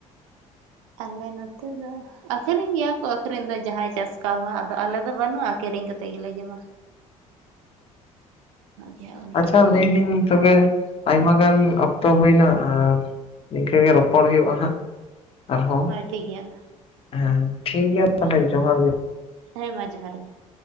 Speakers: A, on the right; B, on the left.
A: ᱟᱞᱮ ᱱᱚᱛᱮ ᱫᱚ ᱟᱠᱷᱨᱤᱧ ᱜᱮᱭᱟ ᱠᱚ ᱟᱠᱷᱨᱤᱧ ᱫᱚ ᱡᱟᱦᱟᱸᱟᱭ ᱪᱟᱥ ᱠᱟᱣᱟ ᱟᱫᱚ ᱟᱞᱮ ᱫᱚ ᱵᱟᱹᱱᱩᱜᱼᱟ ᱠᱤᱨᱤᱧ ᱠᱟᱛᱮᱫ ᱜᱮᱞᱮ ᱡᱚᱢᱟ ᱾ ᱜᱮᱭᱟ ᱚᱞ
B: ᱟᱪᱪᱷᱟ
A: ᱠᱚᱫᱚ ᱦᱟᱸᱜ
B: ᱞᱟᱹᱭᱫᱟᱹᱧ ᱛᱚᱵᱮ ᱟᱭᱢᱟ ᱜᱟᱱ ᱚᱠᱛᱚ ᱦᱩᱭᱱᱟ ᱟᱨ ᱱᱤᱝᱠᱟᱹ ᱜᱮ ᱨᱚᱯᱚᱲ ᱦᱩᱭᱩᱜᱼᱟ ᱦᱟᱸᱜ ᱾ ᱟᱨᱦᱚᱸ
A: ᱦᱳᱭ ᱴᱷᱤᱠ ᱜᱮᱭᱟ ᱢᱟ
B: ᱦᱮᱸ ᱴᱷᱤᱠ ᱜᱮᱭᱟ ᱛᱟᱦᱚᱞᱮ ᱡᱚᱦᱟᱨ ᱜᱮ ᱾
A: ᱦᱮᱸ ᱢᱟ ᱡᱚᱦᱟᱨ ᱜᱮ ᱾